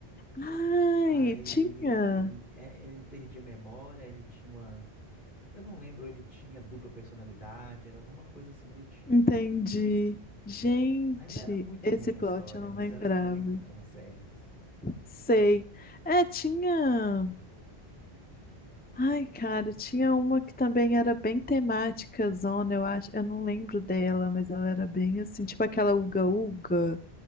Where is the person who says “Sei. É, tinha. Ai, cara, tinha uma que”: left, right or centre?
Left